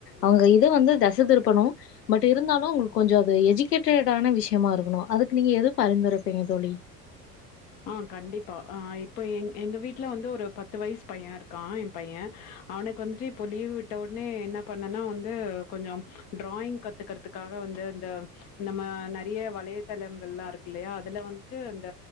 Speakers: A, on the left; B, on the left.
A: அவங்க இது வந்து த ச திருப்பனு பட் இருந்தாலு அவுங்களுக்கு கொஞ்சோ அது எஜிகேட்டடான விஷ்யமா இருக்கணு அதுக்கு நீங்க எது பரிந்துரைப்பீங்க தோழி
B: ஆ கண்டிப்பா அ இப்ப எ எங்க வீட்ல வந்து ஒரு பத் த்து வயசு பையன் இருக்கா எம் பையே அவனுக்கு வந்துட்டு இப்போ லீவ் விட்ட உடனே என்ன பண்ணேனா வந்து கொஞ்சோ டிராயிங் கத்துக்கறதுக்காக வந்து அந்த நம்ம நெறைய வலையதளங்கள்லா இருக்கு இல்லையா அதுல வந்துட்டு அந்த